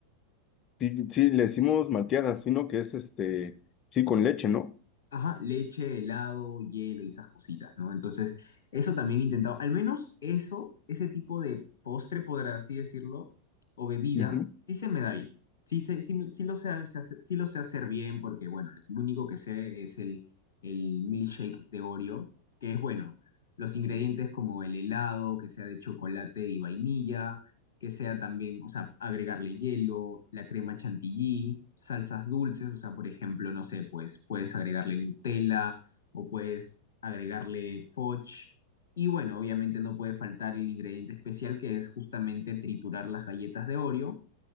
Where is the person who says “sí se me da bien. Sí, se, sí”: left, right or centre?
Left